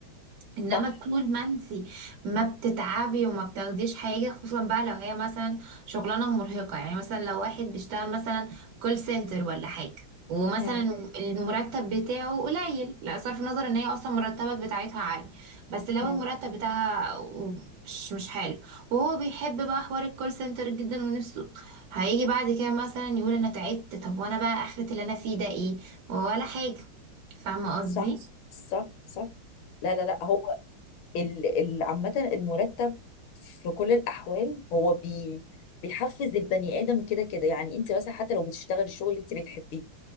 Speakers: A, on the right (about 70°); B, on the left (about 75°).
A: انما
B: صح
A: طول ما انتي ما بتتعبي وما بتاخديش حاجه خصوصا بقى لو هي مثلا شغلانه مرهقه يعني مثلا لو واحد بيشتغل مثلا كول سنتر ولا حاجه ومثلا
B: مم.
A: المرتب بتاعه قليل لا صرف النظر ان هي اصلا المرتبات بتاعتها عالي بس لو
B: مم.
A: المرتب بتاعها مش مش حلو وهو بيحب بقى حوار الكول سنتر جدا ونفسه هيجي بعد كده مثلا يقول انا تعبت طب وانا بقى اخرة اللي انا فيه ده ايه ولا حاجه فاهمه قصدي
B: صح صح صح لا لا لا هو ال ال عامة المرتب في كل الأحوال هو بي بيحفز البني آدم كده كده يعني أنت مثلا حتى لو بتشتغل الشغل اللي أنت بتحبيه